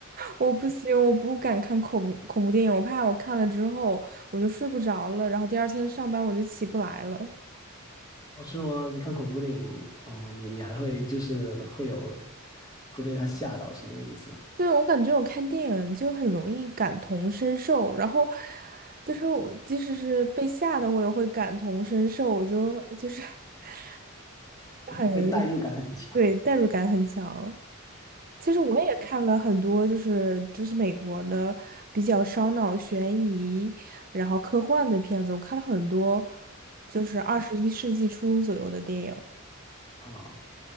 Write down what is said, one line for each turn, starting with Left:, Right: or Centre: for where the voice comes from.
Right: 我不行，我不敢看恐怖恐怖电影，我怕我看了之后我就睡不着了，然后第二天上班我就起不来了。
Left: 哦，是吗？你看恐怖电影，哦，你你还会就是会有会被他吓到，是这个意思？
Right: 对，我感觉我看电影就很容易感同身受，然后就是我即使是被吓的，我也会感同身受，我就就是 <laughs> 就很容易，
Left: 会代入感很强
Right: 对，代入感很强。其实我也看了很多，就是就是美国的比较烧脑、悬疑，然后科幻的片子，我看了很多，就是二十一世纪初左右的电影。
Left: 啊。